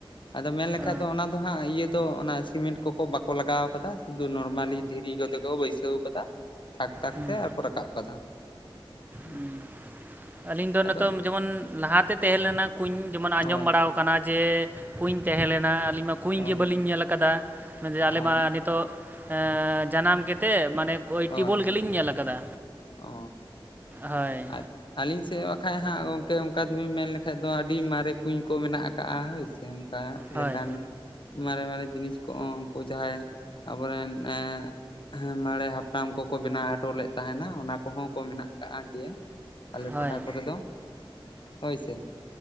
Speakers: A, on the left; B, on the right.
A: ᱟᱫᱚ ᱢᱮᱱᱞᱠᱷᱟᱡ
B: ᱚ
A: ᱫᱚ ᱚᱱᱟ ᱫᱚ ᱦᱟᱸᱜ ᱤᱭᱟᱹ ᱫᱚ ᱚᱱᱟ ᱥᱤᱢᱮᱱᱴ ᱠᱚᱠᱚ ᱵᱟᱠᱚ ᱞᱟᱜᱟᱣ ᱠᱟᱫᱟ ᱥᱩᱫᱩ ᱱᱚᱨᱢᱟᱞᱤ ᱫᱷᱤᱨᱤ ᱠᱚᱛᱮ ᱠᱚ ᱵᱟᱹᱭᱥᱟᱹᱣ ᱠᱟᱫᱟ ᱛᱷᱟᱠ ᱛᱷᱟᱠ
B: ᱦᱩᱸ
A: ᱛᱮ ᱟᱨ ᱠᱚ ᱨᱟᱠᱟᱵ ᱠᱟᱫᱟ, ᱦᱮᱸ
B: ᱦᱩᱸ ᱟᱹᱞᱤᱧ ᱫᱚ ᱱᱤᱛᱚᱜ
A: ᱟᱫᱚ
B: ᱡᱮᱢᱚᱱ ᱞᱟᱦᱟᱛᱮ ᱛᱟᱦᱮᱸ ᱞᱮᱱᱟ ᱠᱩᱧ ᱡᱮᱢᱚᱱ ᱟᱸᱡᱚᱢ
A: ᱦᱳᱭ
B: ᱵᱟᱲᱟ ᱟᱠᱟᱱᱟ ᱡᱮ ᱠᱩᱧ ᱛᱟᱦᱮᱸ ᱞᱮᱱᱟ ᱟᱹᱞᱤᱧ ᱢᱟ ᱠᱩᱧ
A: ᱦᱳᱭ
B: ᱜᱮ ᱵᱟᱹᱞᱤᱧ ᱧᱮᱞ ᱠᱟᱫᱟ ᱡᱮ ᱟᱞᱮ
A: ᱚ
B: ᱢᱟ ᱱᱤᱛᱚᱜ ᱡᱟᱱᱟᱢ ᱠᱮᱛᱮ ᱢᱟᱱᱮ ᱳᱭ
A: ᱦᱳᱭ
B: ᱴᱤᱭᱩᱵᱚᱞ
A: ᱦᱳᱭ
B: ᱜᱮᱞᱤᱧ ᱧᱮᱞ ᱠᱟᱫᱟ
A: ᱚ
B: ᱦᱳᱭ
A: ᱟᱨ ᱟᱹᱞᱤᱧ ᱥᱮᱫ ᱵᱟᱠᱷᱟᱡ ᱦᱟᱸᱜ ᱜᱚᱝᱠᱮ ᱚᱱᱠᱟ ᱛᱮᱵᱤᱱ ᱢᱮᱱ ᱞᱮᱠᱷᱟᱡ ᱫᱚ ᱟᱹᱰᱤ ᱢᱟᱨᱮ ᱠᱩᱧ ᱠᱚ ᱢᱮᱱᱟᱜ ᱟᱠᱟᱜᱼᱟ ᱦᱳᱭ ᱥᱮ ᱚᱠᱟ
B: ᱦᱳᱭ
A: ᱞᱮᱠᱟᱱ ᱢᱟᱨᱮ ᱢᱟᱨᱮ ᱡᱤᱱᱤᱥ ᱠᱚᱦᱚᱸ ᱩᱱᱠᱩ ᱡᱟᱦᱟᱸᱭ ᱟᱵᱚᱨᱮᱱ ᱮ ᱦᱮᱸ ᱢᱟᱨᱮ ᱦᱟᱯᱲᱟᱢ ᱠᱚᱠᱚ ᱵᱮᱱᱟᱣ ᱦᱚᱴᱚ ᱞᱮᱫ ᱛᱟᱦᱮᱸᱱᱟ ᱚᱱᱟ ᱠᱚᱦᱚᱸ ᱠᱚ ᱢᱮᱱᱟᱜ ᱟᱠᱟᱜ ᱜᱮᱭᱟ ᱟᱞᱮ
B: ᱦᱳᱭ
A: ᱴᱚᱴᱷᱟ ᱠᱚᱨᱮ ᱫᱚ ᱦᱳᱭ ᱥᱮ